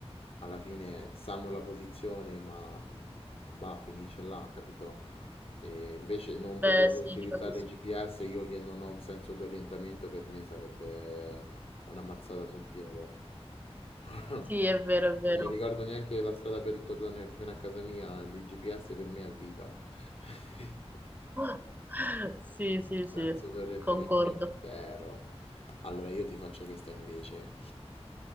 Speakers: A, on the left; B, on the right.
A: alla fine sanno la posizione, ma mm, bah, finisce là, capito? E invece non poter
B: Beh, sì,
A: utilizzare
B: ti capisco.
A: il GPS, io che non ho un senso di orientamento, per me sarebbe una mazzata sul piede. <laughs>
B: Sì, è vero, è vero.
A: Non mi ricordo neanche la strada per tornare fino a casa mia, l'IGPS per me è vita. <laughs>
B: <laughs> Sì, sì, sì,
A: Senso d'orientamento
B: concordo.
A: zero. Allora io ti faccio questa invece.